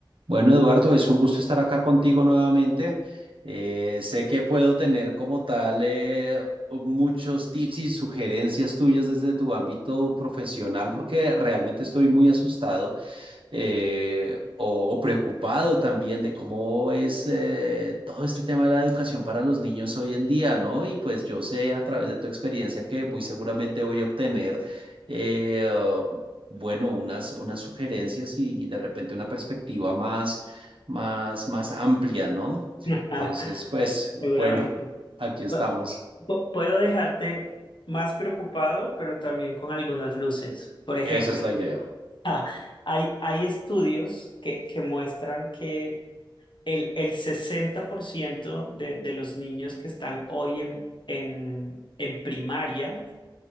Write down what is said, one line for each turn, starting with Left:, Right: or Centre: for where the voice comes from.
Right: Bueno, Eduardo, es un gusto estar acá contigo nuevamente. Eh, sé que puedo tener como tal eh, muchos tips y sugerencias tuyas desde tu ámbito profesional porque realmente estoy muy asustado eh, o, o preocupado también de cómo es eh, todo este tema de la educación para los niños hoy en día, ¿no? Y pues yo sé a través de tu experiencia que muy seguramente voy a obtener, eh, bueno, unas, unas sugerencias y, y de repente una perspectiva más, más, más amplia, ¿no?
Left: <laughs>
Right: Entonces, pues,
Left: Seguramente.
Right: bueno, aquí estamos.
Left: Pa- pu- Puedo dejarte más preocupado, pero también con algunas luces. Por ejemplo,
Right: Esa es la idea.
Left: ah, hay, hay estudios que, que muestran que el, el 60% de, de los niños que están hoy en, en en primaria